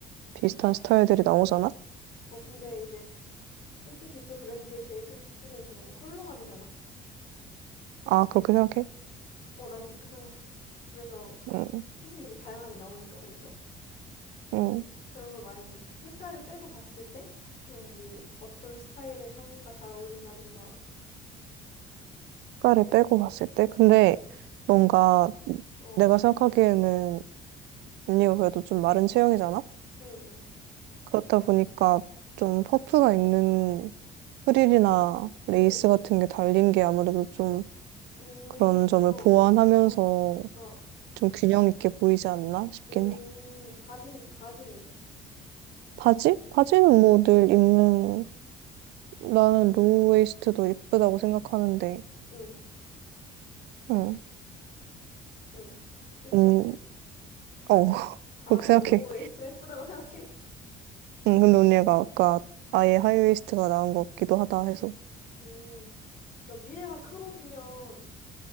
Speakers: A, on the right (about 85°); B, on the left (about 55°).
A: 비슷한 스타일들이 나오잖아?
B: 어, 근데 이제 솔직히 그 브랜드의 제일 큰 특징은 그냥 컬러감이잖아?
A: 아, 그렇게 생각해?
B: 어, 난 그렇게 생각해. 그래서
A: 응,
B: 핏은 되게 다양하게 나오니까, 거기서.
A: 응.
B: 그런 걸 말고 색깔을 빼고 봤을 때 그냥 뭐 어떤 스타일의 상의가 잘 어울린다든가.
A: 색깔을 빼고 봤을 때? 근데 뭔가
B: 어,
A: 내가 생각하기에는 언니가 그래도 좀 마른 체형이잖아?
B: 응, 응,
A: 그렇다 보니까 좀 퍼프가 있는 프릴이나 레이스
B: 응,
A: 같은 게 달린 게 아무래도 좀
B: 응.
A: 그런 점을
B: 음, 어,
A: 보완하면서
B: 어, 어.
A: 좀 균형 있게 보이지 않나 싶긴
B: 음,
A: 해.
B: 바지, 바지는?
A: 바지? 바지는 뭐 늘 입는 나는 로우웨이스트도 예쁘다고 생각하는데,
B: 응,
A: 응,
B: 응. 끝이야?
A: 음, 어, <laughs>
B: 아,
A: 그렇게
B: 그냥
A: 생각해.
B: 로우 웨이스트가 예쁘다고 생각해?
A: 응, 근데 언니가 아까 아예 하이웨이스트가 나은 것 같기도 하다 해서,
B: 음, 그러니까 위에가 크롭이면